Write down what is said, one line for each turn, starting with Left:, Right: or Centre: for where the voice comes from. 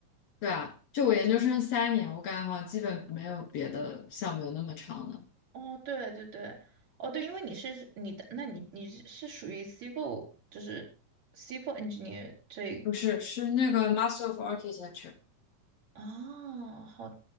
Left: 对啊，就我研究生三年，
Right: 哦，
Left: 我感觉好像基本没有别的项目有那么长的，
Right: 哦，对对对，哦对，因为你是你的，那你你是属于 civil，就是 civil engineer 这
Left: 不是，是那个 Master of Architecture。
Right: 哦，好，